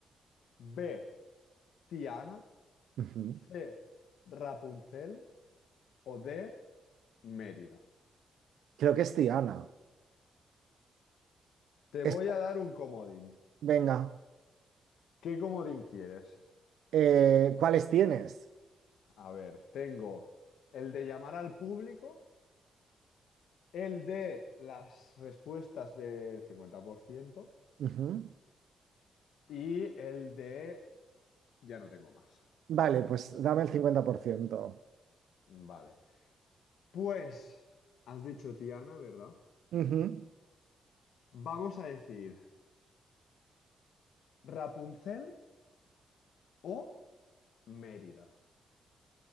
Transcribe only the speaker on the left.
B, Tiana,
C, Rapunzel o D, Mérida.
Te
voy a dar un comodín.
¿Qué comodín quieres?
A ver, tengo el de llamar al público, el de las respuestas del 50%.
Y el de... Ya no tengo más.
Vale. Pues, has dicho Tiana, ¿verdad?
Vamos a decir Rapunzel o Mérida.